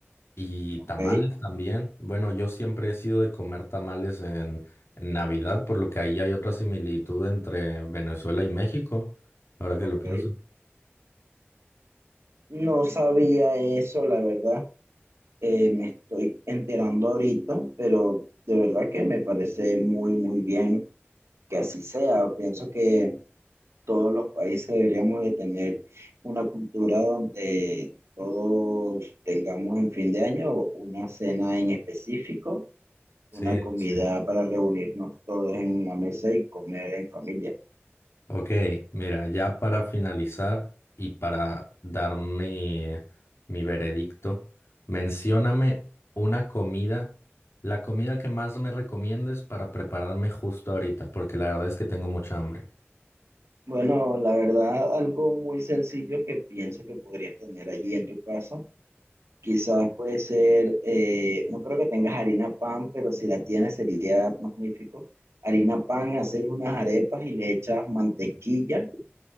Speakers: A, on the left; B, on the right.
A: Y
B: Ok,
A: tamales también. Bueno, yo siempre he sido de comer tamales en, en Navidad, por lo que ahí hay otra similitud entre Venezuela y México, ahora que
B: ok.
A: lo pienso.
B: No sabía eso, la verdad. Eh, me estoy enterando ahorita, pero de verdad que me parece muy, muy bien que así sea. Pienso que todos los países deberíamos de tener una cultura donde todos tengamos en fin de año una cena en específico,
A: Sí,
B: una comida
A: sí.
B: para reunirnos todos en una mesa y comer en familia.
A: Ok, mira, ya para finalizar y para dar mi, mi veredicto, mencióname una comida, la comida que más me recomiendes para prepararme justo ahorita, porque la verdad es que tengo mucha hambre.
B: Bueno, la verdad, algo muy sencillo que pienso que podrías tener allí en tu casa. Quizás puede ser, eh, no creo que tengas harina pan, pero si la tienes sería magnífico. Harina pan, hacer unas arepas y le echas mantequilla